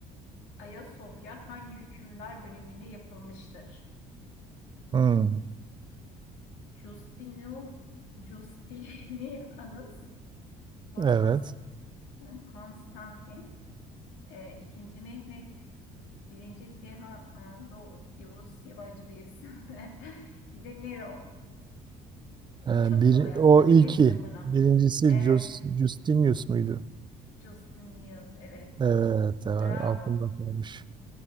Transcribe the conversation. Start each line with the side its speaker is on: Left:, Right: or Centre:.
Left: Ayasofya hangi hükümdar döneminde yapılmıştır?
Right: Hmm,
Left: Justino, Justinianus, Kontas,
Right: evet.
Left: Konstantin, E, ikinci Mehmet, birinci Teha, e, Doğu Yavuz yabancı bir isim. <laughs> Bir de Nero.
Right: Ee,
Left: Bu çok
Right: bir,
Left: kolay aslında
Right: o ilki.
Left: bilirsin bunu.
Right: Birincisi
Left: Evet,
Right: Jus, Justinius muydu?
Left: Justin News, evet.
Right: Evet, evet
Left: Bravo,
Right: aklımda kalmış.